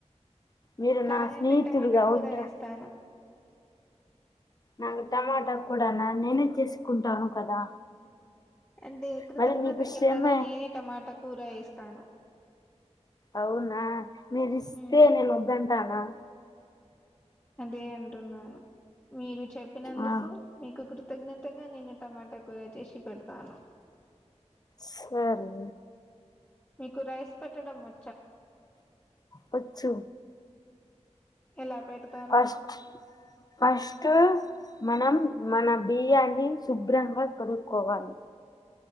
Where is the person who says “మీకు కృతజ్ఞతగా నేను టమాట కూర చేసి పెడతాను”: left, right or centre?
Left